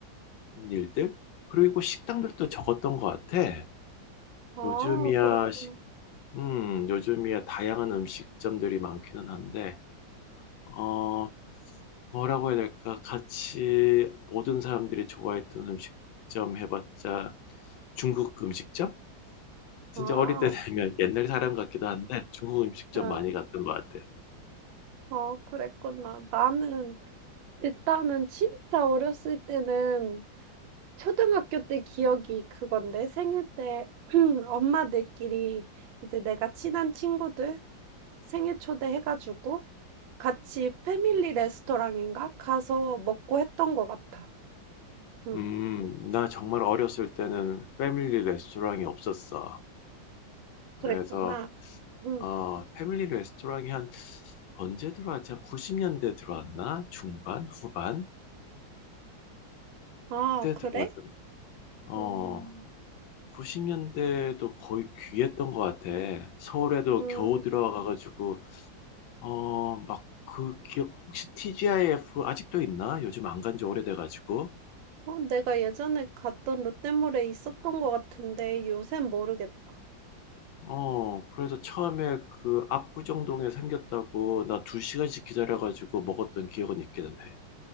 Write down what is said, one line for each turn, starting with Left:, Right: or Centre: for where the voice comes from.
Left: 일들 그리고 식당들도 적었던 것 같아.
Right: 아,
Left: 요즘이야
Right: 그렇구나.
Left: 식- 음, 요즘이야 다양한 음식점들이 많기는 한데 어 뭐라고 해야 될까? 같이 모든 사람들이 좋아했던 음식점 해봤자 중국 음식점? 진짜
Right: 아,
Left: 어릴 때 되면 옛날 사람 같기도 한데 중국 음식점
Right: 아,
Left: 많이 갔던 것 같아.
Right: 어, 그랬구나. 나는 일단은 진짜 어렸을 때는 초등학교 때 기억이 그건데 생일 때 <clears throat> 엄마들끼리 이제 내가 친한 친구들 생일 초대해 가지고 같이 패밀리 레스토랑인가 가서 먹고 했던 것 같아. 응,
Left: 음, 나 정말 어렸을 때는 패밀리 레스토랑이 없었어. 그래서
Right: 그랬구나. 응,
Left: 어, 패밀리 레스토랑이 한 언제 들어왔지? 한 90년대 들어왔나? 중반? 후반?
Right: 아,
Left: 때
Right: 그래?
Left: 들어왔던, 어,
Right: 음,
Left: 90년대도 거의 귀했던 것 같아. 서울에도
Right: 음,
Left: 겨우 들어와가지고, 어, 막 그기 혹시 TGIF 아직도 있나? 요즘 안 간지 오래돼가지고.
Right: 어, 내가 예전에 갔던 롯데몰에 있었던 것 같은데 요샌 모르겠다.
Left: 어, 그래서 처음에 그 압구정동에 생겼다고 나 두 시간씩 기다려가지고 먹었던 기억은 있기는 해.